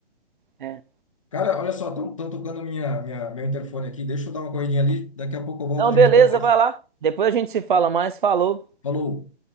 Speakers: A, on the right; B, on the left.
A: É.
B: Cara, olha só, estão tocando minha, minha, meu interfone aqui. Deixa eu dar uma corridinha ali. Daqui a pouco eu volto,
A: Não,
B: a gente
A: beleza,
B: fala mais.
A: vai lá. Depois a gente se fala mais, falou.
B: Falou!